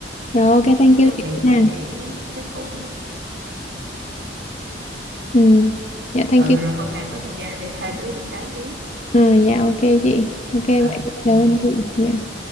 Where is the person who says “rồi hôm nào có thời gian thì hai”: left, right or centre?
Right